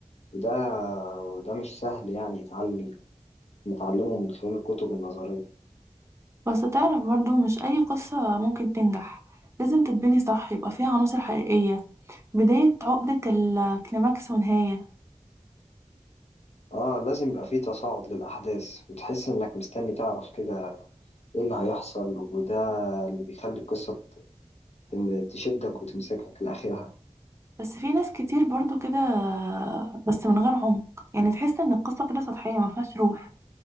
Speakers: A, on the left; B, on the right.
A: وده وده مش سهل يعني يتعلم نتعلمه من خلال الكتب النظرية
B: بس تعرف برضو مش اي قصة ممكن تنجح لازم تتبني صح يبقى فيها عناصر حقيقية بداية عقدة الكليماكس ونهاية
A: اه لازم يبقى فيه تصاعد للأحداث وتحس إنك مستني تعرف كده إيه اللي هيحصل وده اللي بيخلي القصة تم- تشدك وتمسكك لآخرها
B: بس في ناس كتير برضو كده بس من غير عمق يعني تحس ان القصه كده سطحيه ما فيهاش روح